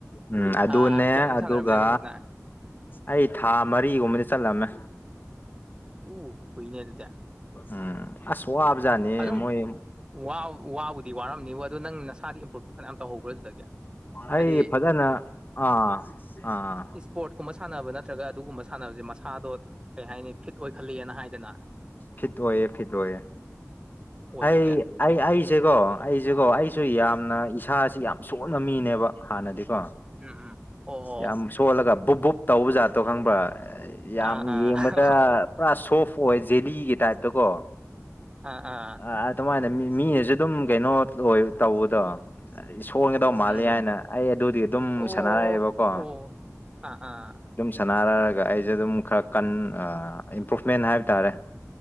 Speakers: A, on the left; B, on the right.
A: ꯎꯝ ꯑꯗꯨꯅꯦ
B: ꯑꯥ ꯀꯌꯥꯃꯨꯛ
A: ꯑꯗꯨꯒ
B: ꯁꯥꯟꯅꯔꯝꯃꯤꯅꯣ ꯅꯪꯁꯤꯅ
A: ꯑꯩ ꯊꯥ ꯃꯔꯤꯒꯨꯝꯕꯗꯤ ꯆꯠꯂꯝꯃꯦ
B: ꯎ ꯀꯨꯏꯅꯦ ꯑꯗꯨꯗꯤ
A: ꯎꯝ ꯑꯁ ꯋꯥꯕꯖꯥꯠꯅꯤꯌꯦ
B: ꯑꯗꯨꯝ
A: ꯃꯣꯏ
B: ꯋꯥ ꯋꯥꯕꯨꯗꯤ ꯋꯥꯔꯝꯅꯤꯕ ꯑꯗꯨ ꯅꯪ ꯅꯁꯥꯗꯤ ꯏꯝꯄ꯭ꯔꯨꯞꯇꯤ ꯐꯅꯌꯥꯝ ꯇꯧꯍꯧꯕ꯭ꯔꯥ ꯑꯗꯨꯗꯒꯤ
A: ꯑꯩ
B: ꯍꯥꯏꯗꯤ
A: ꯐꯖꯅ ꯑꯥ ꯑꯥ
B: ꯄꯣꯔꯠ ꯀꯨꯝꯕ ꯁꯥꯟꯅꯕ ꯅꯠꯇ꯭ꯔꯒ ꯑꯗꯨꯒꯨꯝꯕ ꯁꯥꯟꯅꯕꯖꯦ ꯃꯁꯥꯗꯣ ꯀꯩ ꯍꯥꯏꯅꯤ ꯐꯤꯠ ꯑꯣꯏꯈꯜꯂꯤꯅ ꯍꯥꯏꯗꯅ
A: ꯐꯤꯠ ꯑꯣꯏꯌꯦ ꯐꯤꯠ ꯑꯣꯏꯌꯦ
B: ꯑꯣꯏꯕꯩꯗꯤ
A: ꯑꯩ
B: ꯑꯣ
A: ꯑꯩ ꯑꯩꯁꯦꯀꯣ ꯑꯩꯁꯦꯀꯣ ꯑꯩ ꯁꯨ ꯌꯥꯝꯅ
B: ꯎꯝ
A: ꯏꯁꯥꯁꯤ ꯌꯥꯝ ꯁꯣꯟꯕ ꯃꯤꯅꯦꯕ ꯍꯥꯟꯅꯗꯤꯀꯣ
B: ꯎꯝ ꯎꯝ ꯑꯣ ꯑꯣ
A: ꯌꯥꯝ ꯁꯣꯜꯂꯒ ꯕꯨꯞ ꯕꯨꯞ ꯇꯧꯕ ꯖꯥꯠꯇꯣ ꯈꯪꯕ꯭ꯔꯥ ꯌꯥꯝ
B: ꯑꯥ ꯑꯥ
A: ꯌꯦꯡꯕꯗ ꯄꯨꯔꯥ ꯁꯣꯐ ꯑꯣꯏ ꯖꯦꯂꯤꯒꯤ ꯇꯥꯏꯞꯇꯀꯣ
B: ꯑꯥ ꯑꯥ ꯑꯥ
A: ꯑ ꯑꯗꯨꯃꯥꯏꯅ ꯃꯤ ꯃꯤꯅꯖꯨ ꯑꯗꯨꯝ ꯀꯩꯅꯣ ꯑꯣꯏ ꯇꯧꯕꯗꯣ ꯁꯣꯟꯒꯗꯧ
B: ꯎꯝ
A: ꯃꯥꯜꯂꯤ
B: ꯎꯝ
A: ꯍꯥꯏꯅ ꯑꯩ ꯑꯗꯨꯗꯤ ꯑꯗꯨꯝ
B: ꯑꯣ
A: ꯁꯥꯟꯅꯔꯛꯑꯦꯕꯀꯣ
B: ꯑꯣ ꯑꯥ ꯑꯥ
A: ꯁꯥꯟꯅꯔꯒ ꯑꯩꯖꯦ ꯑꯗꯨꯝ ꯈꯔ ꯀꯟ ꯑꯥ ꯏꯝꯄ꯭ꯔꯨꯚꯃꯦꯟ ꯍꯥꯏꯕ ꯇꯥꯔꯦ